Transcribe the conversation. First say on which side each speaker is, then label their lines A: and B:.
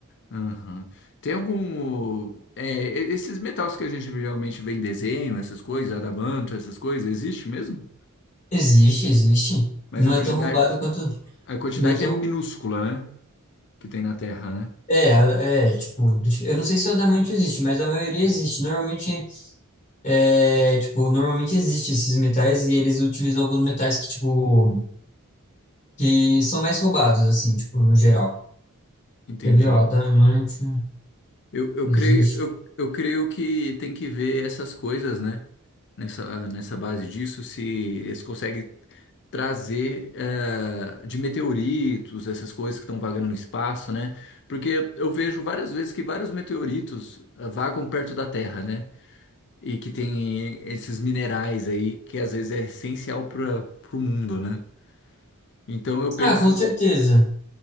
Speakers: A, on the left; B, on the left.
A: Aham. Tem algum. é, e- esses metais que a gente geralmente vê em desenho, essas coisas, adamanto, essas coisas, existe mesmo?
B: Existe, existe.
A: Mas
B: Não
A: a
B: é
A: quantidade,
B: tão roubado quanto.
A: a quantidade
B: Não é tão.
A: é minúscula, né? Que tem na Terra, né?
B: É, é, tipo, eu não sei se o diamante existe, mas a maioria existe. Normalmente, é, tipo, normalmente existe esses metais e eles utilizam alguns metais que, tipo, que são mais roubados, assim, tipo, no geral.
A: Entendi.
B: Quer ver, ó, diamante
A: Eu, eu
B: existe.
A: creio, eu, eu creio que tem que ver essas coisas, né? Nessa, nessa base disso, se eles conseguem trazer eh, de meteoritos, essas coisas que estão vagando no espaço, né? Porque eu vejo várias vezes que vários meteoritos eh, vagam perto da Terra, né? E que tem esses minerais aí que às vezes é essencial para o mundo, né? Então eu penso.
B: Ah, com certeza.